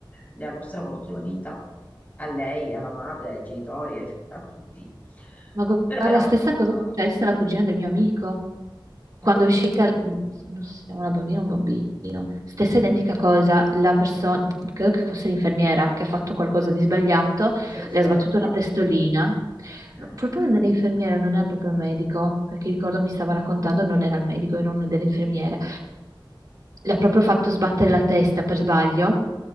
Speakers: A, on the left; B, on the right.
A: le hanno stravolto la vita a lei, alla madre, ai genitori, ai fi- a tutti.
B: Ma gu-
A: Però
B: guarda,
A: era
B: stessa
A: molto
B: cosa
A: amata.
B: è successa alla cugina del mio amico. Quando
A: Ah, vedi.
B: è uscita, mm, non so, una bambina o un bambino, stessa identica cosa, la persona, credo che fosse l'infermiera che ha fatto qualcosa di sbagliato,
A: Forse l'ostetica.
B: le ha sbattuto la testolina.
A: Eh,
B: No, Proprio una delle infermiere, non era proprio il medico, perché ricordo mi stava raccontando, non era il medico, era una delle infermiere. Le ha proprio fatto sbattere la testa per sbaglio,